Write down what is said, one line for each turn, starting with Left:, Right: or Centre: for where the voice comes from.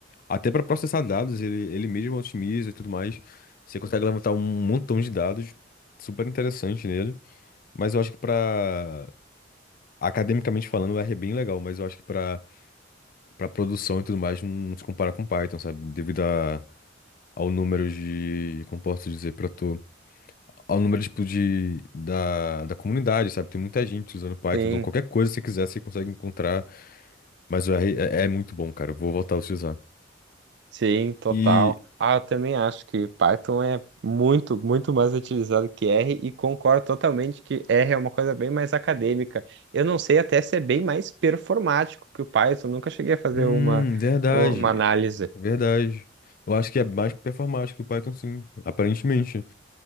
Left: até para processar dados, ele, ele mesmo otimiza e tudo mais. Você consegue levantar um montão de dados, super interessante nele. Mas eu acho que para academicamente falando, o R é bem legal, mas eu acho que para para produção e tudo mais não se compara com Python, sabe? Devido a, ao número de, como posso dizer, para tu, ao número tipo de da, da comunidade, sabe? Tem muita gente usando Python,
Right: Sim,
Left: então qualquer coisa que você quiser, você consegue encontrar. Mas o R é, é muito bom, cara. Eu vou voltar a utilizar.
Right: sim, total.
Left: E
Right: Ah, eu também acho que Python é muito, muito mais utilizado que R e concordo totalmente que R é uma coisa bem mais acadêmica. Eu não sei até se é bem mais performático que o Python, nunca cheguei a fazer
Left: Hum,
Right: uma,
Left: verdade.
Right: uma análise
Left: Verdade. Eu acho que é mais performático que o Python, sim. Aparentemente.